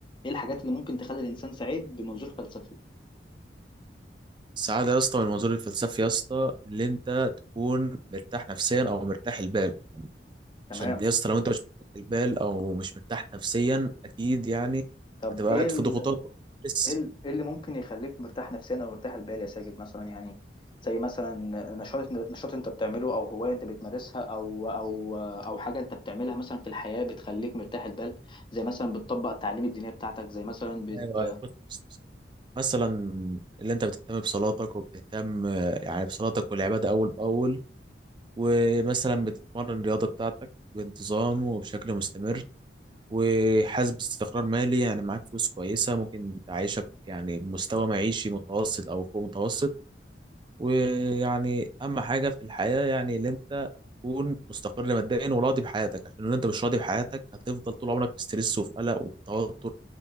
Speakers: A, on the left; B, on the right.
A: ايه الحاجات اللي ممكن تخلي الانسان سعيد بمنظور فلسفي
B: السعاده يا اسطى من المنظور الفلسفي يا اسطى اللي انت تكون مرتاح نفسيا او مرتاح البال
A: تمام
B: عشان يا اسطى لو انت مش مرتاح البال او مش مرتاح نفسيا اكيد يعني
A: طب
B: هتبقى
A: ايه
B: قاعد
A: ال...
B: في ضغوطات بس
A: ايه ال- إيه اللي ممكن يخليك مرتاح نفسيا او مرتاح البال يا ساجد مثلا يعني زي مثلا نشاط نشاط انت بتعمله او هوايه انت بتمارسها او او او حاجه انت بتعملها مثلا في الحياه بتخليك مرتاح البال زي مثلا بتطبق التعليم الدينيه بتاعتك زي مثلا بت...
B: ايوه أيوة. بص بص بص. مثلا اللي انت بتهتم بصلاتك وبتهتم آه، يعني بصلاتك والعباده اول باول ومثلا بتتمرن الرياضة بتاعتك بانتظام وبشكل مستمر وحاسس باستقرار مالي يعني معاك فلوس كويسة ممكن تعيشك يعني مستوى معيشي متوسط أو فوق متوسط ويعني أهم حاجة في الحياة يعني اللي أنت تكون مستقر ماديا وراضي بحياتك عشان لو أنت مش راضي بحياتك هتفضل طول عمرك في ستريس وفي قلق وفي توتر